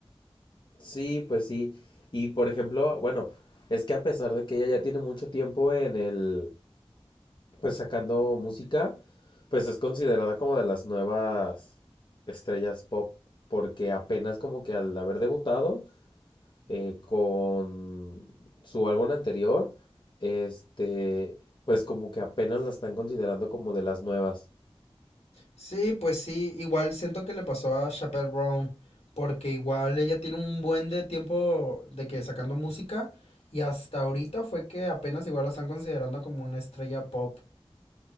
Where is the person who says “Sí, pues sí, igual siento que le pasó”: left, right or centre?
Left